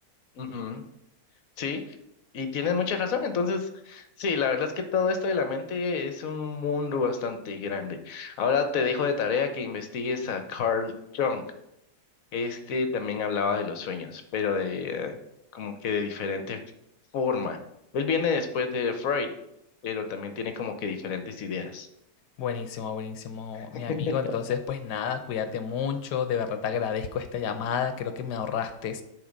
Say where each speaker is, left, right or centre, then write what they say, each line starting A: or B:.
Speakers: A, on the left (about 60°); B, on the left (about 75°).
A: Ujú, Sí, y tienes mucha razón. Entonces, sí, la verdad es que todo esto de la mente es un mundo bastante grande. Ahora te dejo de tarea que investigues a Carl Jung. Este también hablaba de los sueños, pero de eh, como que de diferente forma. Él viene después de Freud, pero también tiene como que diferentes ideas.
B: Buenísimo, buenísimo, mi
A: <laughs>
B: amigo. Entonces, pues nada, cuídate mucho. De verdad te agradezco esta llamada. Creo que me ahorraste